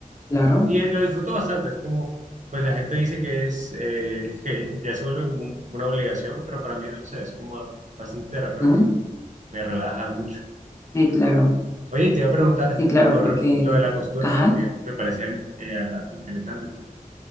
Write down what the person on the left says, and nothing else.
Claro.
¿Mm?
Sí, claro.
Sí, claro,
porque...
Ajá.